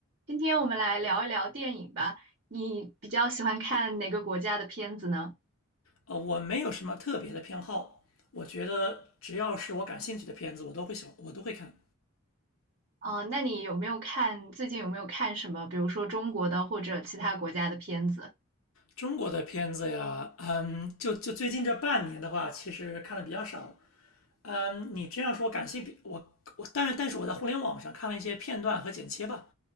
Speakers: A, on the right; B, on the left.
A: 今天我们来聊一聊电影吧。你比较喜欢看哪个国家的片子呢？
B: 呃，我没有什么特别的偏好，我觉得只要是我感兴趣的片子，我都会喜欢，我都会看。
A: 啊、那你有没有看，最近有没有看什么，比如说中国的或者其他国家的片子？
B: 中国的片子呀，嗯，就就最近这半年的话，其实看的比较少。嗯，你这样说感兴趣，我我，但是但是我在互联网上看了一些片段和剪切吧，